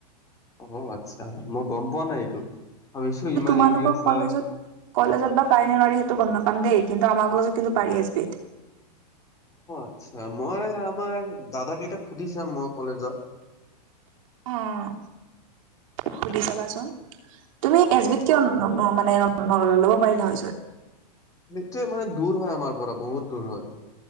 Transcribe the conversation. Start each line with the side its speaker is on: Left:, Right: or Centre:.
Left: অ আচ্ছা মই গম পোৱা নাই এইটো, ভাবিছো ইমান
Right: তোমালোকৰ
Left: ইংলিছ
Right: কলেজত
Left: হয়।
Right: কলেজত বা পাৰি নে নোৱাৰি সেইটো গম নাপাম দেই, কিন্তু আমাৰ কলেজত কিন্তু পাৰি এছ বিত।
Left: আচ্চা মই আমাৰ দাদা কেইটাক সুধি চাম মই কলেজত।
Right: অঁ সুধি চাবাচোন, তুমি
Left: অ'
Right: এছ
Left: অ'
Right: বিত কিয় ন ন মানে ল'ব পাৰিলা হয়চোন।
Left: সেইটোৱে মানে দূৰ হয় আমাৰ পৰা বহুত দূৰ হয়।